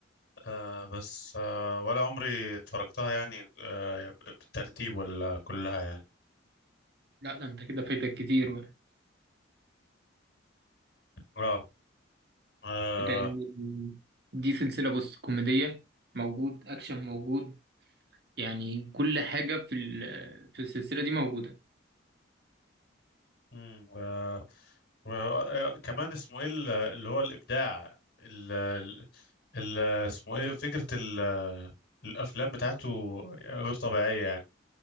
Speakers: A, on the left (about 55°); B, on the right (about 55°).
A: آه بس آه ولا عمري اتفرجتها يعني آه بالترتيب ولا كلها يعني
B: لا، ده انت كده فايتك كتير بقى
A: اه آه.
B: لان دي سلسله بص كوميديه موجود اكشن موجود يعني كل حاجه في ال- في السلسله دي موجوده
A: امم و... وكمان اسمه ايه ال- اللي هو الابداع ال... ال... ال- اسمه ايه فكره ال... الافلام بتاعته غير طبيعيه يعني